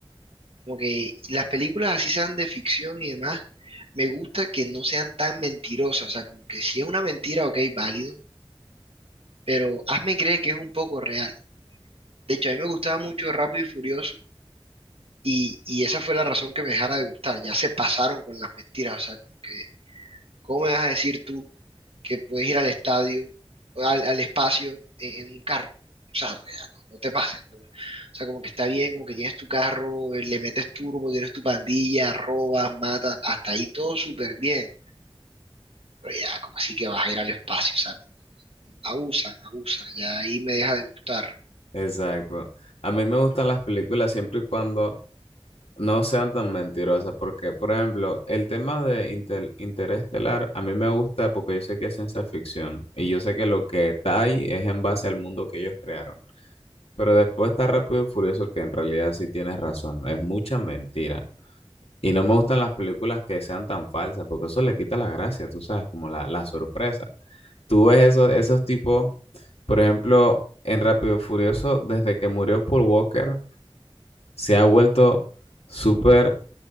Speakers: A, on the right; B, on the left.
A: Como que las películas así sean de ficción y demás, me gusta que no sean tan mentirosas. O sea, como que si es una mentira, ok, válido, pero hazme creer que es un poco real. De hecho, a mí me gustaba mucho Rápido y Furioso y, y esa fue la razón que me dejara de gustar. Ya se pasaron con las mentiras. O sea, como que, ¿cómo me vas a decir tú? que puedes ir al estadio, al, al espacio en, en un carro. O sea, ya, no, no te pases. ¿no? O sea, como que está bien, como que tienes tu carro, eh, le metes turbo, tienes tu pandilla, robas, matas, hasta ahí todo súper bien. Pero ya, como así que vas a ir al espacio, o sea, abusan, abusan, ya ahí me deja de gustar.
B: Exacto. A mí me gustan las películas siempre y cuando No sean tan mentirosas, porque, por ejemplo, el tema de Inter- Interestelar a mí me gusta porque yo sé que es ciencia ficción y yo sé que lo que está ahí es en base al mundo que ellos crearon. Pero después está Rápido y Furioso que en realidad sí tienes razón, es mucha mentira. Y no me gustan las películas que sean tan falsas porque eso le quita la gracia, tú sabes, como la, la sorpresa. Tú ves esos, esos tipos, por ejemplo, en Rápido y Furioso, desde que murió Paul Walker, se ha vuelto súper